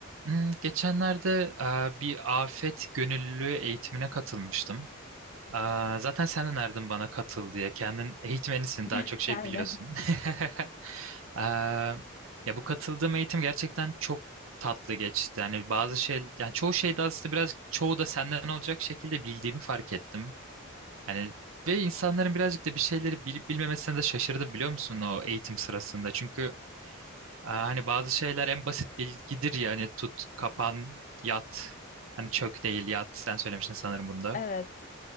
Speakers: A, on the right; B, on the left.
A: Hmm, Geçenlerde e, bir afet gönüllülüğü eğitimine katılmıştım. E, Zaten sen önerdin bana katıl diye. Kendin eğitmenisin,
B: <laughs>
A: daha çok şey
B: Aynen.
A: biliyorsun. <laughs> E, Ya bu katıldığım eğitim gerçekten çok tatlı geçti. Yani bazı şey, yani çoğu şeyde aslında biraz çoğu da senden olacak şekilde bildiğimi fark ettim. Yani ve insanların birazcık da bir şeyleri bilip bilmemesine de şaşırdım biliyor musun o eğitim sırasında. Çünkü Aa, Hani bazı şeyler en basit bilgidir ya hani tut, kapan, yat. Hani çök değil yat sen söylemiştin sanırım bunda.
B: Evet.